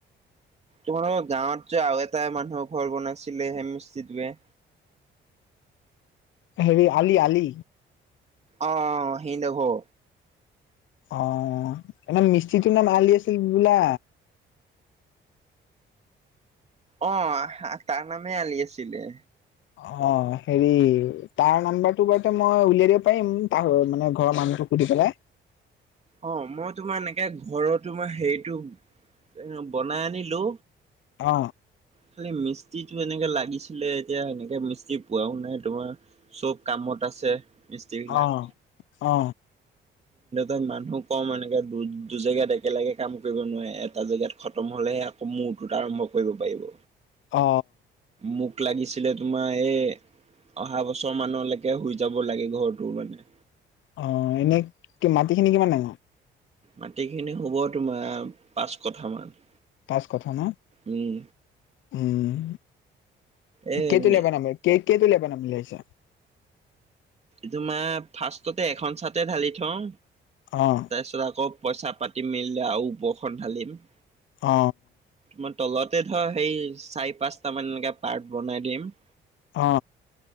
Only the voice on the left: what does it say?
হেৰি আলি আলি।
অ, এ মিস্ত্ৰীটোৰ নাম আলি আছিল বোলা।
অ, হেৰি তাৰ নাম্বাৰটো বাৰ মই উলিয়াই দিব পাৰিম তাহ মানে ঘৰৰ মানুহ। সুধি পেলাই।
অ,
অ অ
অ,
অ, এনে কি মাটি খিনি কিমান ডাঙৰ।
পাঁচ কথা ন
উম,
কেইটো
লেব ন আ <unintelligible>
অ,
অ,
অ,